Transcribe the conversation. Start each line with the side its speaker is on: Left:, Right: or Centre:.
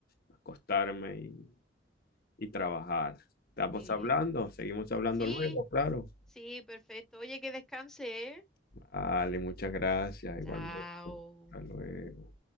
Left: acostarme y trabajar. Estamos
Centre: muy bien.
Left: hablando, seguimos hablando
Centre: Sí,
Left: luego, claro.
Centre: sí, perfecto. Oye, que descanse, ¿eh?
Left: Vale, muchas gracias, igualmente.
Centre: Chao.
Left: Hasta luego.